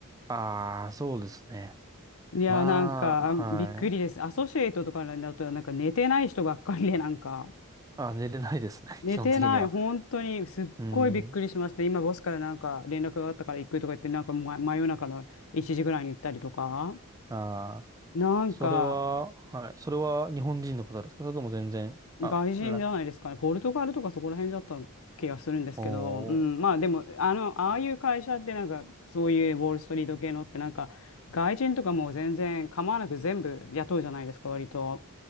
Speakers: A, on the right (about 15°); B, on the left (about 65°).
A: ああ、そうですね。
B: いや、
A: まあ、
B: なんかびっくりです。
A: はい。
B: アソシエイトとかだと、なんか寝てない人ばっかりで、なんか。
A: あ、寝れないですね。
B: 寝てない。
A: <laughs> 基本的には。
B: 本当に、すっごいびっくりしました。
A: うん。
B: 今、ボスからなんか連絡があったから行くとか言って、なんかま真夜中の1時ぐらいに行ったりとか。
A: ああ。
B: なんか、
A: それは、はい。それは日本人の方ですかそれとも全然、あ、
B: 外人じゃないですかね。
A: な、
B: ポルトガルとかそこら辺だった気がするんですけど、
A: おー、
B: うん、まあでも、あの、ああいう会社ってなんか、そういうウォールストリート系のってなんか、外人とかもう全然構わなく全部雇うじゃないですか、割と。